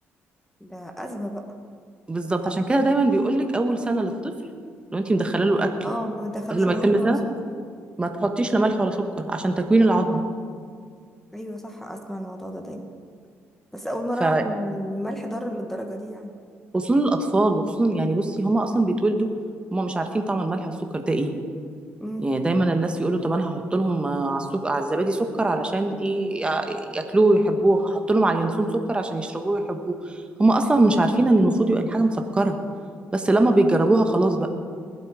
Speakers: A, in the centre; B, on the right.
A: ده ازمه بقى
B: بالظبط عشان كده دايما بيقولك اول سنه للطفل لو انت مدخله له اكل
A: اه ما دخلوش
B: قبل ما
A: ولا
B: يتم
A: ملح
B: سنه
A: ولا سكر
B: ما تحطيش لا ملح ولا سكر عشان تكوين العظم
A: ايوه صح اسمع الموضوع ده دايما بس اول مره
B: ف
A: اعرف ان الملح ضار للدرجه دي يعني
B: خصوصا الاطفال وخصوصا يعني بصي هما اصلا بيتولدوا هما مش عارفين طعم الملح والسكر ده ايه
A: امم
B: يعني دايما الناس يقولوا طب انا هحط لهم على السكر على الزبادي سكر علشان ايه يا- ياكلوه ويحبوه هحط لهم على اليانسون سكر عشان يشربوه ويحبوه هم اصلا مش عارفين ان المفروض يبقى الحاجه مسكره بس لما بيجربوها خلاص بقى